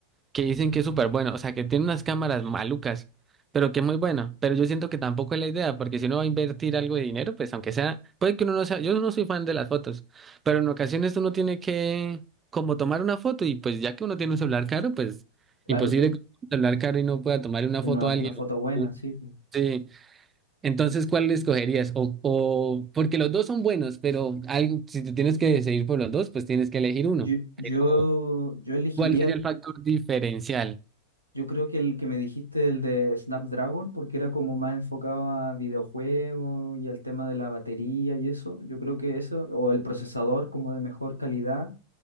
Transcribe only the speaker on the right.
que dicen que es súper bueno, o sea, que tiene unas cámaras malucas, pero que es muy bueno. Pero yo siento que tampoco es la idea, porque si uno va a invertir algo de dinero, pues aunque sea, puede que uno no sea, yo no soy fan de las fotos, pero en ocasiones uno tiene que como tomar una foto y pues ya que uno tiene un celular caro, pues
imposible
que un celular caro y no pueda tomar una
foto
a alguien.
Un-
Sí. Entonces, ¿cuál escogerías? O, o porque los dos son buenos, pero algo, si te tienes que decidir por los dos, pues tienes que elegir uno.
O,
¿cuál sería
el factor diferencial?